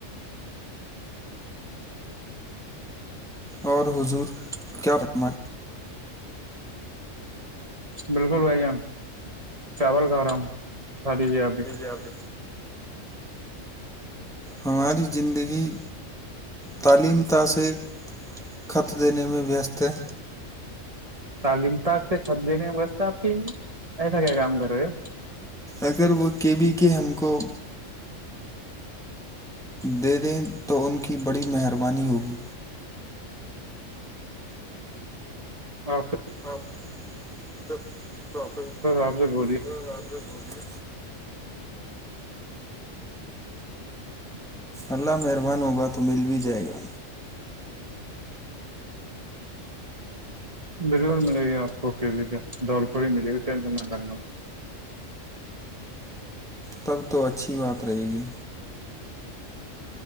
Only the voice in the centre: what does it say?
اور حضور کیا فرما
جب ہماری زندگی تعلیم تثک خط دینے میں وست ہے
اگر وہ کے بھی کے ہم کو دے دیں تو ان کی بڑی مہربانی ہوگی
آپ سب پراپٹ
ہزارپ بلیے اللہ مہربان ہوگا تو مل بھی جائے گا
تب تو اچھی بات رہے گی